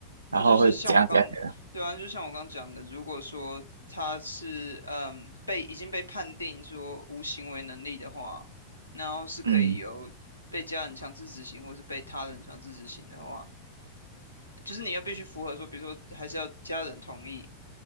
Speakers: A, on the left; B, on the right.
A: 那就是像我刚，
B: 然后会怎样怎样怎样。
A: 对啊，就像我刚讲的，如果说他是嗯被已经被判定说无行为能力的话，然后是可以由被家人强制执行或是被他人强制执行的话。
B: 嗯
A: 就是你要必须符合说，比如说还是要家人同意